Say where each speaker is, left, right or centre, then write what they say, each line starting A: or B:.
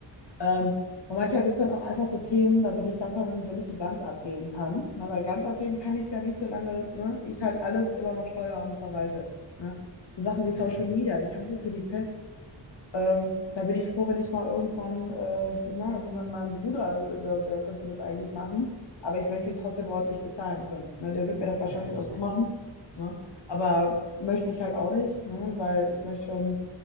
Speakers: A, on the left (about 70°); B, on the left (about 25°).
A: Ähm, und manchmal gibt es dann auch einfach so Themen, da bin ich dankbar, wenn, wenn ich die ganz abgeben kann. Ne? Weil ganz abgeben kann ich es ja nicht, solange ne, ich halt alles immer noch steuere und verwalte. Ne? So Sachen wie Social
B: Mhm.
A: Media, ich hasse es wie die Pest. Ähm, da bin ich froh, wenn ich mal irgendwann, äh, na, also mein, mein Bruder, äh, der, der könnte das eigentlich machen, aber ich möchte ihn trotzdem ordentlich bezahlen können. Ne? Der wird mir das wahrscheinlich
B: Mhm.
A: auch so
B: Mhm.
A: machen. Ne? Aber möchte ich halt auch nicht, ne? Weil ich möchte schon,